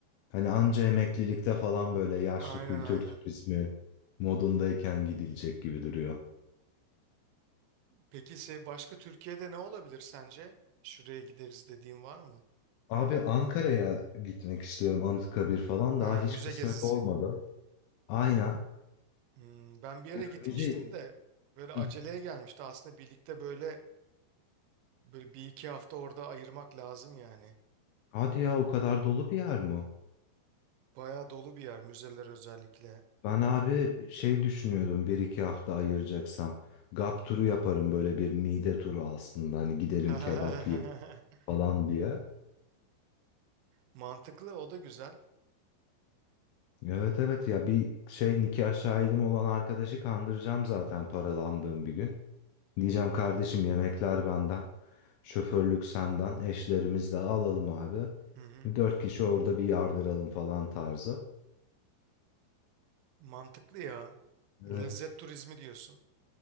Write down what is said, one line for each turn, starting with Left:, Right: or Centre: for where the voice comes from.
Left: Hani anca emeklilikte falan böyle yaşlı
Right: Aynen
Left: kültür
Right: aynen.
Left: turizmi modundayken gidilecek gibi duruyor.
Right: Peki se- başka Türkiye'de ne olabilir sence? Şuraya gideriz dediğin var mı?
Left: Abi Ankara'ya gitmek istiyorum. Anıtkabir falan
Right: Ha,
Left: daha hiç
Right: müze
Left: kısmet
Right: gezisi.
Left: olmadı. Aynen.
Right: Hmm, ben bir yere
Left: Ya
Right: gitmiştim
Left: müze...
Right: de böyle aceleye
Left: Hı.
Right: gelmişti. Aslında birlikte böyle böyle bir iki hafta orada ayırmak lazım yani.
Left: Hadi ya o kadar dolu bir yer mi?
Right: Bayağı dolu bir yer müzeler özellikle.
Left: Ben abi şey düşünüyordum bir iki hafta ayıracaksam. Gap turu yaparım böyle bir mide turu aslında. Hani gidelim
Right: <laughs>
Left: kebap yiyelim. falan diye.
Right: Mantıklı o da güzel.
Left: Evet evet ya bir şey nikah şahidim olan arkadaşı kandıracağım zaten paralandığım bir gün. Diyeceğim kardeşim yemekler benden, şoförlük senden, eşlerimiz de alalım abi.
Right: Hı hı.
Left: Dört kişi orada bir yardıralım falan tarzı.
Right: Mantıklı ya. Lezzet
Left: Evet
Right: turizmi diyorsun.